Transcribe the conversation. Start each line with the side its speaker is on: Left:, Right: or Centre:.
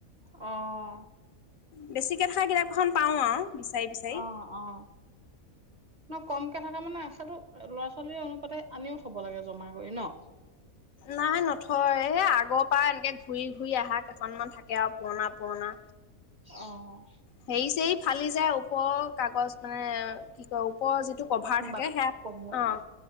Right: অ'
Left: বেছিকে থকা কিতাপ কেইখন পাও আৰু, বিচাৰি বিচাৰি।
Right: অ', অ'। ন কমকে থকা মানে <unintelligible> ল'ৰা ছোৱালীৰ অনুপাতে আনিও থব লাগে জমা কৰি ন!
Left: নাই নথয় এ আগৰ পৰা এনেকে ঘূৰি ঘূৰি আহা কেইখনমান থাকে আৰু পুৰণা পুৰণা
Right: অ'।
Left: হেৰি চেৰি ফালি যায় ওপৰৰ কাগজ মানে কি কয় ওপৰৰ যিটো কভাৰ থাকে
Right: বাক
Left: সেয়া
Right: কভাৰ
Left: অ',